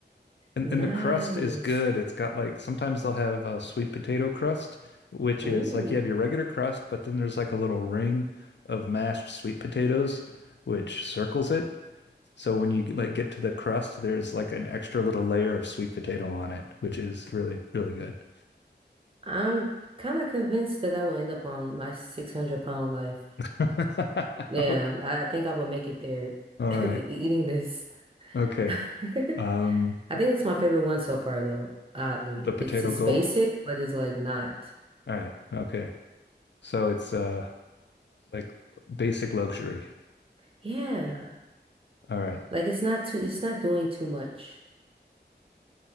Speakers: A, on the left (about 75°); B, on the right (about 30°).
A: and
B: Nice.
A: and the crust is good. It's got like sometimes they'll have a sweet potato crust, which
B: Ooh,
A: is like you have your regular crust, but then there's like a little ring of mashed sweet potatoes, which circles it. So when you like get to the crust, there's like an extra little layer of sweet potato on it, which is really, really good.
B: I'm kind of convinced that I will end up on my 600 pound life.
A: <laughs>
B: Yeah,
A: Okay.
B: I, I think I will make it there <laughs>
A: All
B: e-
A: right.
B: eating this.
A: Okay.
B: <laughs>
A: Um,
B: I think that's my favorite one so far, though, oddly.
A: the potato
B: It's it's
A: gold.
B: basic, but it's like not.
A: All right. Okay. So it's uh like basic luxury.
B: Yeah.
A: All right.
B: Like it's not too, it's not doing too much.